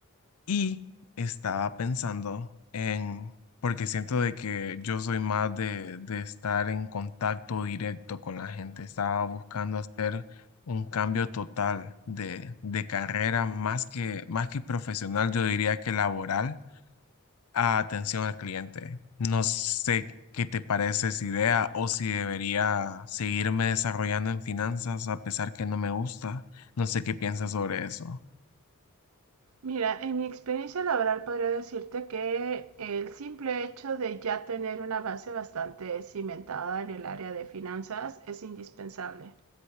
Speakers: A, on the left; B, on the right.
A: Y estaba pensando en, porque siento de que yo soy más de, de estar en contacto directo con la gente, estaba buscando hacer un cambio total de, de carrera, más que, más que profesional, yo diría que laboral, a atención al cliente. No sé qué te parece esa idea o si debería seguirme desarrollando en finanzas a pesar que no me gusta. No sé qué piensas sobre eso.
B: mira, en mi experiencia laboral podría decirte que el simple hecho de ya tener una base bastante cimentada en el área de finanzas es indispensable.